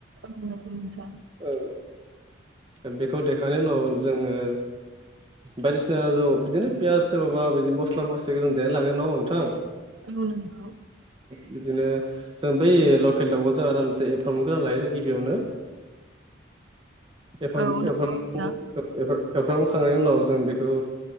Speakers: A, on the right; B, on the right.
A: औ नोंथां
B: औ औ बेखौ देखांनायनि उनाव जोङो बायदिसिना ज' बिदिनो पियस सोरबाबा बिदि मस्ला मस्लि गो जों देना लाग्रोन नांगौ नोंथां
A: औनोंगौ
B: बिदिनो जों बै लकेल दउआव जों आरामसे एवफ्राम गोरना लायो गिबियावनो एफ एफ
A: औ नंगौ नोंथां
B: एरफ्रामबोखांनायनि उनाव जों बेखौ